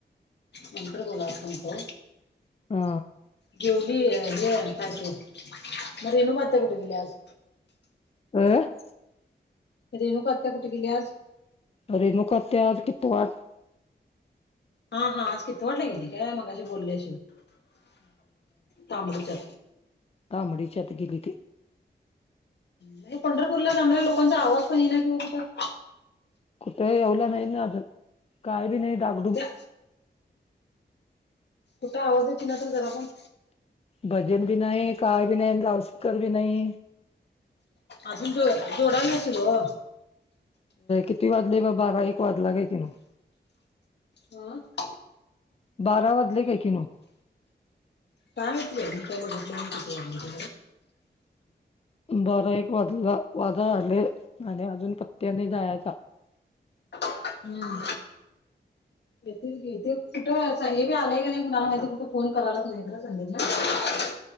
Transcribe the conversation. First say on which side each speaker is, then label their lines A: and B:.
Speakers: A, on the left (about 75°); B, on the left (about 35°).
A: मंतर बोला को
B: हा
A: घेऊली हे कायच म रेणू बात्या कुठे गेली आज
B: <inaudible>
A: रेणूक आत्या कुठे गेली आज-
B: अेनुकते आज कित वाढ
A: हा हा आज किती वाटली गेली काय मगशी बोलले तांबडीच्या
B: ताबडीच्यात गिलीथ
A: नाही पंढरपूरला जाणाऱ्या लोकांचा आवाज पण आहे ना किंवा कुसं
B: कुठेही येवला नाही ना अजून काय बी नाही डाकडूम
A: त्या कुठं आवाज आहे की ना तर जरा आपण.
B: भजन बी नाही काय बी नाही जाव शकर बी नाही.
A: अजून जो जोडा नशल हो.
B: किती वाजले ब बारा एक वाजला का कि ना
A: हह.
B: बारा वाजले काही की नक
A: कायेत त्या बघेट क
B: बरा एक वाजला वाजळ आले आणि अजून पत्याने जायचा.
A: हम्म. येथे येथे कुठं हे बी आलंय का नाही कुणाला माहितीे कुठं फोन करायलाच नाही खरा संंदेशला.